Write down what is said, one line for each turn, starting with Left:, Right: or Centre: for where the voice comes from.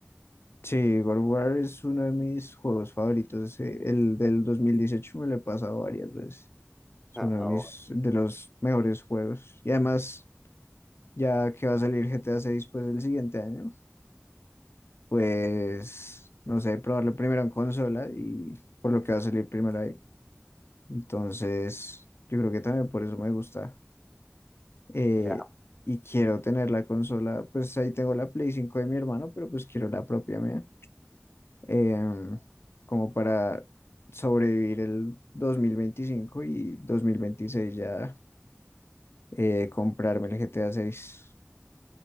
Left: sí, God of War es uno de mis juegos favoritos. eh, El del 2018 me lo he pasado varias veces. Es
Centre: <laughs>
Left: uno
Centre: Ah,
Left: de mis, de los mejores juegos. Y además, ya que va a salir GTA seis pues el siguiente año, pues no sé, probarlo primero en consola y por lo que va a salir primero ahí. Entonces, yo creo que también por eso me gusta. Eh,
Centre: ya.
Left: y quiero tener la consola, pues ahí tengo la Play 5 de mi hermano, pero pues quiero la propia mía. em, como para sobrevivir el 2025 y 2026 ya eh, comprarme el GTA seis